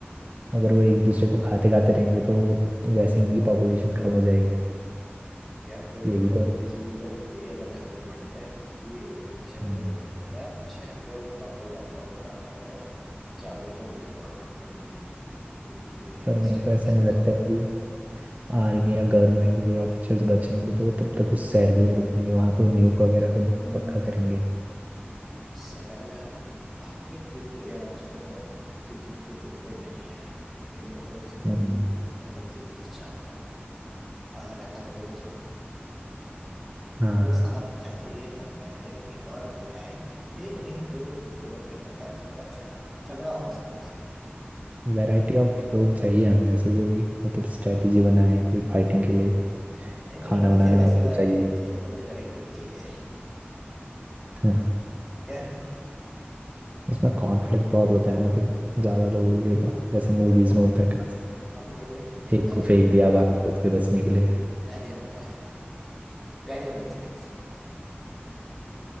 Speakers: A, on the right; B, in the centre.
A: अगर वो एक दूसरे को खाते खाते रहेंगे तो वो- वैसे ही उनकी पॉपुलेशन कम हो जाएगी
B: यार कोई
A: ये
B: इतने
A: भी तो
B: बुद्धिजीवी
A: है।
B: तो होंगे ही अगर लेवल पे बढ़ जाए कि वो दूसरे शहरों
A: हम्म,
B: पे जाएंगे तो हमें शहर को प्रॉपर लॉकडाउन पर डालना पड़ेगा चारों ओर या तो आर्मी या जो भी हो जो भी कोई
A: पर मेरे
B: उस टाइम
A: को ऐसा
B: पर
A: नहीं
B: जिंदा
A: लगता है कि आर्मी या गवर्नमेंट के कोई ऑफिशियल्स बचे होंगे तो वो तब तक उस शहर के लिए रुकेंगे वहां पे न्यूक वगैरह तो
B: हो
A: पक्का करेंगे
B: उससे पहले हम भागेंगे क्यों कोई अनाउंसमेंट कर रहा है क्योंकि कोई ब्रेन ब्रेक नहीं है कि मैं तो बस मैं
A: हम्म,
B: मैं तो बस एक चीज चाहता हूँ अगर है ताजा तो कुछ होगा
A: हाँ
B: मुझे साथ अच्छा चाहिए कंपेनियन एक और मिल जाए एक नहीं दो क्योंकि अगर एक कंपेनियन होगा झगड़ा झगड़ा हो सकता है
A: वैरायटी ऑफ लोग चाहिए हमें वैसे जो भी मतलब स्ट्रेटेजी बनाए कोई फाइटिंग के लिए
B: नहीं नहीं
A: खाना
B: मुझे
A: बनाने
B: वैसी
A: वाला
B: वैरायटी
A: तो चाहिए
B: नहीं चाहिए मुझे वैरायटी तो चाहिए
A: <laughs> हाँ,
B: खैर
A: उसमें कॉन्फ्लिक्ट बहुत होता है ना फिर ज्यादा लोग हो गए तो जैसे
B: कोई
A: मूवीज
B: दिक्कत नहीं,
A: में होता है कहाँ से
B: हम झेल लेंगे
A: एक
B: मैं
A: को
B: झेलूंगा
A: फेंक दिया बाहर खुद के बचने के लिए
B: मैं झेलूंगा भाई सबको प्यारी होनी चाहिए बस